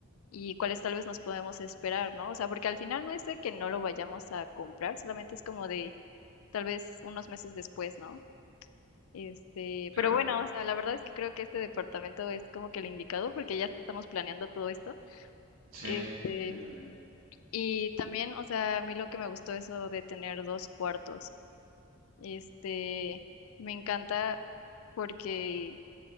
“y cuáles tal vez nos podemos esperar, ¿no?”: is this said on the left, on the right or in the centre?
Left